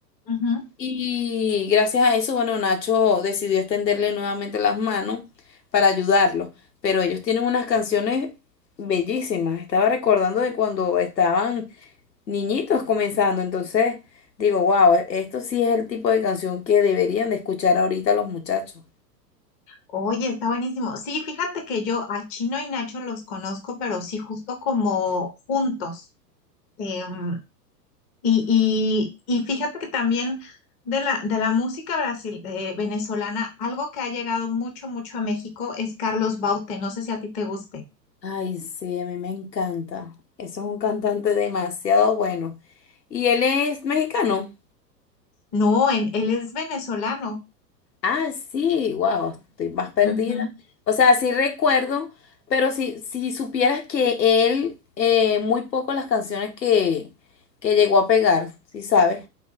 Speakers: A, on the left (about 15°); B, on the left (about 80°).
A: Ujú.
B: Y gracias a eso, bueno, Nacho decidió extenderle nuevamente las manos para ayudarlo. Pero ellos tienen unas canciones bellísimas. Estaba recordando de cuando estaban niñitos comenzando. Entonces, digo, wow, esto sí es el tipo de canción que deberían de escuchar ahorita los muchachos.
A: Oye, está buenísimo. Sí, fíjate que yo a Chino y Nacho los conozco, pero sí justo como juntos. Em, y, y, y fíjate que también de la, de la música brasil, eh, venezolana, algo que ha llegado mucho, mucho a México es Carlos Baute. No sé si a ti te guste.
B: Ay, sí, a mí me encanta. Eso es un cantante demasiado bueno. ¿Y él es mexicano?
A: No, en- él es venezolano.
B: Ah, sí, wow, estoy más perdida.
A: Ujú.
B: O sea, sí recuerdo, pero si, si supieras que él, eh, muy poco las canciones que, que llegó a pegar, ¿sí sabes?